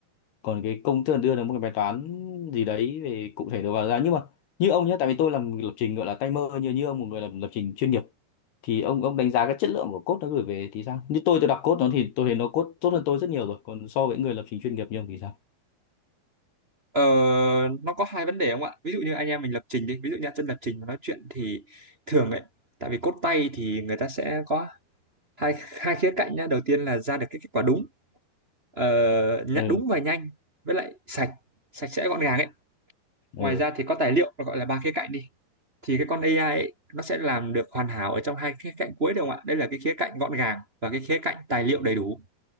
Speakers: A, on the left; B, on the right.
A: còn cái công thức đưa được một cái bài toán gì đấy về cụ thể đầu vào ra nhưng mà như ông nhé tại vì tôi làm lập trình gọi là tay mơ như như ông một người làm lập trình chuyên nghiệp thì ông ông đánh giá cái chất lượng của code nó gửi về thì sao như tôi tôi đọc code nó thì tôi thấy nó code tốt hơn tôi rất nhiều rồi còn so với người lập trình chuyên nghiệp như ông thì sao
B: ờ, nó có hai vấn đề không ạ ví dụ như anh em mình lập trình đi ví dụ như chân lập trình mà nói chuyện thì thường ấy tại vì code tay thì người ta sẽ có hai hai khía cạnh nhá đầu tiên là ra được cái kết quả đúng ờ, nhã-
A: ừ
B: đúng và nhanh với lại sạch sạch sẽ gọn gàng ấy
A: ừ
B: ngoài ra thì có tài liệu nó gọi là ba khía cạnh đi thì cái con AI ấy, nó sẽ làm được hoàn hảo ở trong hai khía cạnh cuối được không ạ đây là cái khía cạnh gọn gàng và cái khía cạnh tài liệu đầy đủ